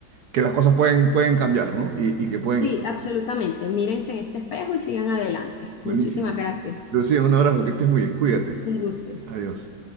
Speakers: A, on the right; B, on the left.
A: que las cosas pueden, pueden cambiar, ¿no? Y, y que pueden
B: Sí,
A: estar
B: absolutamente. Mírense en este espejo y sigan adelante.
A: buenísimo.
B: Muchísimas gracias.
A: Lucía, un abrazo, que estés muy bien, cuídate.
B: Un gusto.
A: Adiós.